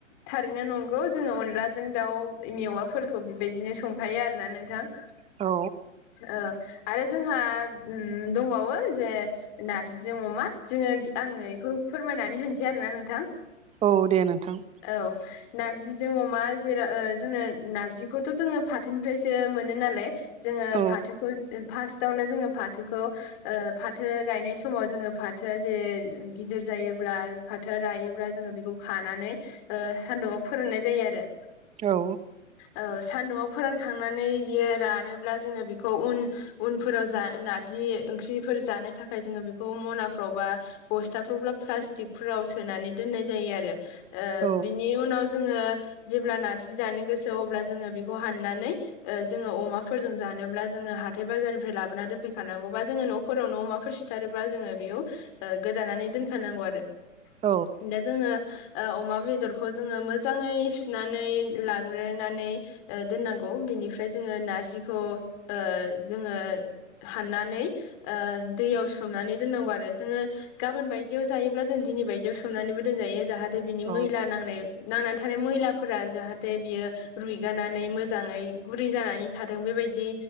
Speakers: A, on the left; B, on the right.
A: थारैनो नंगौ जोङो अनलाजों दाउ मेवाफोरखौ बेबायदिनो संखायो आरोना नोंथां।
B: औ।
A: ओ आरो जोंहा दंबावो जे नारजिजों अमा। जोङो आङो बेखौ फोरमायनानै होनसै आरोोना नोंथां।
B: औ दे नोंथां।
A: औ। नार्जिजों अमा जेराव जोङो नार्जिखौथ' जोङो फाथोनिफ्रायसो मोनो नालाय जोङो
B: औ
A: फाथोखौ फास्टिवनो जोङो फाथोखौ ओ फाथो गायनाय समाव जोङो फाथोआ जे गिदिर जायोब्ला फाथोआ रायोब्ला जोङो बेखौ खानानै सान्दुंआव फोराननाय जायो आरो।
B: औ।
A: ओ सान्दुंआव फोरानखांनानै इयो रानोब्ला जोङो बेखौ उन उनफोराव जा नारजि ओंख्रिफोर जानो थाखाय जोङो बेखौ मनाफ्राव बा बस्थाफ्रावब्ला प्लास्टिकफोराव सोनानै दोननाय जायो आरो ओ
B: औ
A: बिनि उनाव जोङो जेब्ला नारजि जानो गोसो अब्ला जोङो बेखौ हाननानै ओ जोङो अमाखौ -फोरजों जानोब्ला जोङो हाथाय बाजारनिफ्राय लाबोनानै दोनफैखानांगौ बा जोङो न'फोराव न' अमाफोर सिथारोब्ला जोङो बेयाव ओ गोदानानै दोनफैनांगौ आरो
B: औ
A: दा जोङो ओ अमा बेदरखौ जोङो मोजाङै सुनानै लाग्रोनानै ओ दोननांगौ बिनिफ्राय जोङो नारजिखौ ओ जोङो हाननानै ओ दैयाव सोमनानै दोननांगौ आरो जोङो गाबोन बायदियाव जायोब्ला जों दिनै बायदियाव सोमनानैबो दोनजायो जाहाथे बिनि
B: औ
A: मैला नांनाय नांनानै थानाय मैलाफोरा जाहाथे बियो रुइगानानै मोजाङै गुरै जानानै था बेबायदि